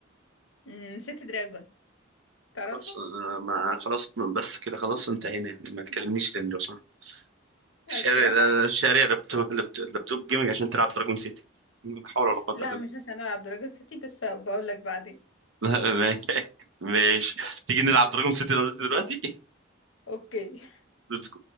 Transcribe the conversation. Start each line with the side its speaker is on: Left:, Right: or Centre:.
Left: أمم، سيتي دراجون تعرفها
Right: خلاص آه، ما خلاص بس كده خلاص انتهينا يعني ما تكلمنيش تاني لو سمحت الشارع
Left: اوكي
Right: ده- الشارع لابتوب لابتوب لابتوب جيمنج عشان تلعب دراجون سيتي لا حول ولا قوه
Left: لا
Right: الا بالله
Left: مش عشان العب درجة ستي بس بقول لك بعدين
Right: <laughs> ماشي تيجي نلعب دراجون سيتي انا وانت دلوقتي
Left: اوكي
Right: ليتس